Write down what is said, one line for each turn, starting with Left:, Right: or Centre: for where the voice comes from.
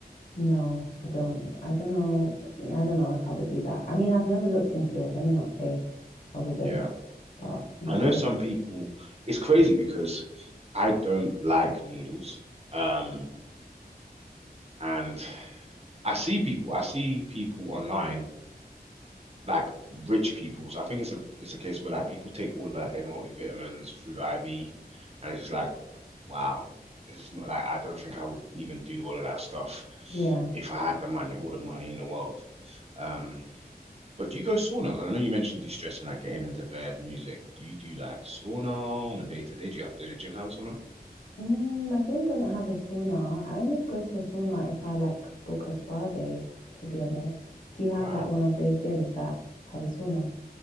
Left: No, I don't. I don't know. Yeah, I don't know if I would do that. I mean, I've never looked into it. Let me not say I wouldn't.
Right: Yeah.
Left: But yeah,
Right: I know
Left: I don't.
Right: some people, it's crazy because I don't like needles. Um, And I see people, I see people online, like rich people. So I think it's a it's a case where like people take all like their multivitamins through IV, and it's just like, wow, this is not like I don't think I would even do all of that stuff
Left: Yeah.
Right: if I had the money, all the money in the world. Um, but do you go sauna? Because I know you mentioned de-stressing, like getting into bed, music. Do you do like sauna on a day to day? Do you, does your gym have a sauna?
Left: Mm, my gym doesn't have a sauna. I only go to the sauna if I like book a spa day, to be honest. Do you have
Right: Wow.
Left: like one of those gyms that have a sauna?